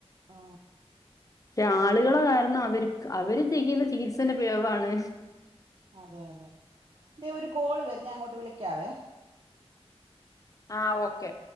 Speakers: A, on the right; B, on the left.
A: ആ
B: പക്ഷെ ആള് ള കാരണം അവർ അവര് ചെയ്യുന്ന ചികിത്സന്റെ പ്രയോഗാണ്
A: അതെ അതെ ദേ ഒര് കോള് വര്ന്നെ അങ്ങോട്ട് വിളിക്കാവെ
B: ആഹ് ഓക്കെ